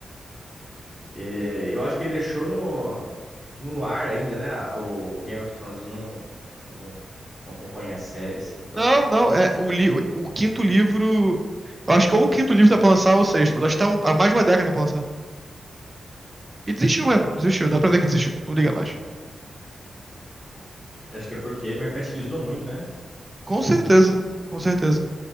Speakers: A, in the centre; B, on the right.
A: E eu acho que ele deixou no, no ar ainda, né? O, o Game of Thrones eu não, eu não, não acompanha a série, assim, então.
B: Não, não, é o, li, o quinto livro. Eu acho que ou o quinto livro tá pra lançar ou o sexto, mas acho que tá um- há mais de uma década pra lançar. E desistiu mesmo, desistiu, dá pra ver que desistiu, não liga mais.
A: eu Acho que é porque mercantilizou muito, né?
B: Com certeza, com certeza.